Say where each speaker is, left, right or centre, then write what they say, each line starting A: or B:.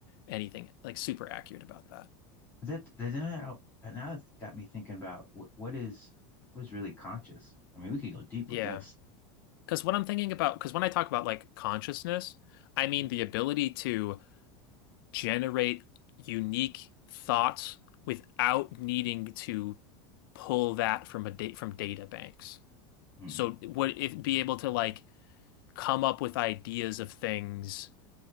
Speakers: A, on the left; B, on the left.
A: anything like super accurate about that.
B: That that now now that's got me thinking about what what is what is really conscious. I mean, we could go deep
A: Yeah.
B: with this.
A: Because what I'm thinking about, because when I talk about like consciousness, I mean the ability to generate unique thoughts without needing to pull that from a date from data banks.
B: hmm
A: So would if be able to like come up with ideas of things